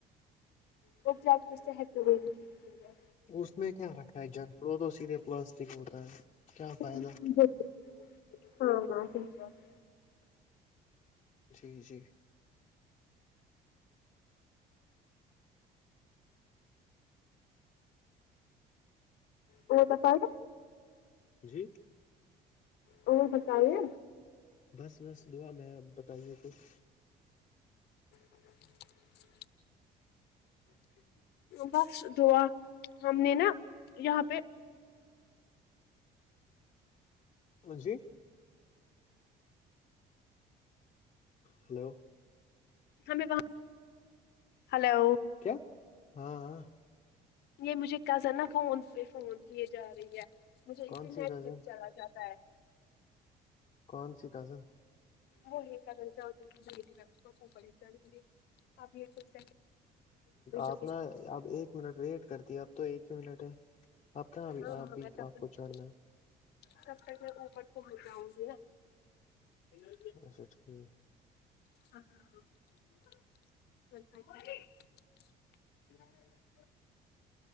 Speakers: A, on the left; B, on the left.
A: اور جنک فڈ صحت کے لیے بھی ٹھیک نہیں ہے
B: اس میں کیا رکھتا ہے جنک فوڈ وہ تو سیدھے پلاسٹک ہوتا ہے کیا فائدہ
A: ہے بالکل ہاں ہاں صحیح بات
B: جی جی
A: ا کا فا <inaudible>
B: جی
A: اور بتایے
B: بس بس دعا میں اب بتائیے کچھ
A: <inaudible> بس دعا ہم نے نا یہاں پہ
B: جی ہلو
A: ہمیں وہاں ہلو
B: کیا ہاں <inaudible>
A: یہ مجھےکزن نا فون پہ فون کیے جاہی رہی ہے مجھے اسے
B: کون سی
A: نیٹ
B: کزن
A: پھر چلا جاتا ہے
B: کون سی کزن
A: وہی کرن سے ہو چک بی اس اوپر ہی چل گی <inaudible> اب یہ کچھ
B: آپ
A: جلدی
B: نا اب ایک منٹ ویٹ کرتی اب تو ایک ہی منٹ ہے آپ کہاں اب
A: ہاں ہاں
B: آپ بھی
A: میں تب
B: آپ
A: تک
B: کو چڑھنا ہے <inaudible>
A: تب تک میں اوپر پہنچ جاؤں گی ن
B: اچھا ٹھیک <inaudible>
A: ہاں ہاں ہاں <inaudible> <unintelligible> <unintelligible>